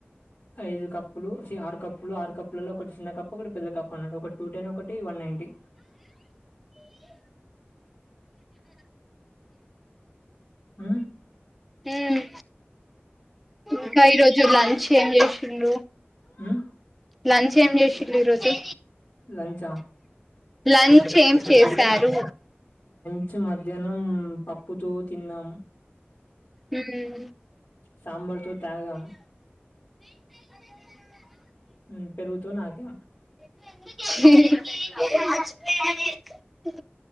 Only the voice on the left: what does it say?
ఐదు కప్పులు చి ఆరు కప్పులు ఆరు కప్పులలో ఒకటి చిన్న కప్పు ఒకటి పెద్ద కప్పు అన్నాడు ఒక టూ ఒకటి వన్ నైన్ టీ ఆ
ఉమ్,
లంచా
లంచ్ మధ్యాహ్నం పప్పుతో తిన్నాం
సాంబార్ తో తాగం ఉం పెరుగుతో నాకా